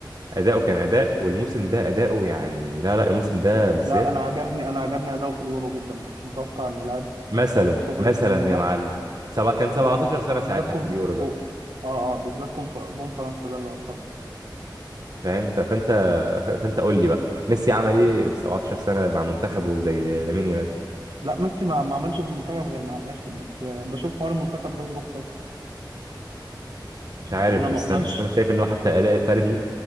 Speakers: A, on the right; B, on the right.
A: اداؤه كان اداء والموسم ده اداؤه يعني لا لا الموسم ده بالذات
B: لا انا عجبني انا عجبني اداؤه في اليورو جدا ما كنتش متوقع ان لاعب
A: مثلا
B: بصغر
A: مثلا
B: السن ده
A: يا معلم سبعة كان 17
B: بالذات
A: سنه
B: بالذات
A: ساعتها
B: كوم
A: في اليورو
B: جو
A: ده
B: اه اه بالذات كوم فر- جون فرنسا ده اللي ابهرني
A: فاهم ف- فانت ف- فانت قول لي بقى ميسي عمل ايه
B: مم.
A: في 17 سنه مع منتخبه زي لامين يامال
B: لا ميسي ما ما عملش في المنتخب غير مع الاخر بس آه، بشوف حوار المنتخب ده ظروف خاصه
A: مش
B: يعني
A: عارف
B: انا
A: بس
B: ما اقدرش
A: انا بس انا شايف ان هو حتى الاداء الفردي